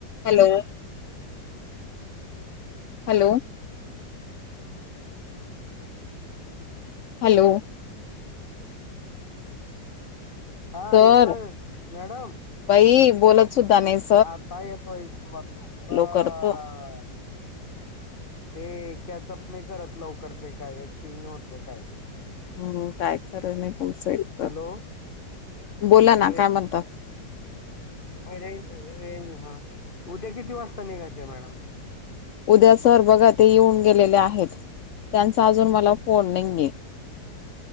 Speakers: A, on the left; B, on the left.
A: Hello hello hello
B: हा
A: sir
B: येतोय madam
A: बाई बोलत सुद्धा नाहस.
B: आताय येतोय. ब <unintelligible>
A: करतो.
B: ते कॅचअप नाही करत लवकर. ते काय ऍक्टिव्ह नाही होत का काय?
A: हम्म. काय खरं नाही तुमचं एक तर.
B: हॅलो
A: बोला
B: ए,
A: ना काय म्हणतात?
B: रें रेंज हा. उद्या किती वाजता निघायचे मॅडम.
A: उद्या सर बघा ते येऊन गेलेले आहेत. त्यांचा अजून मला फोन नाहीये.
B: आ.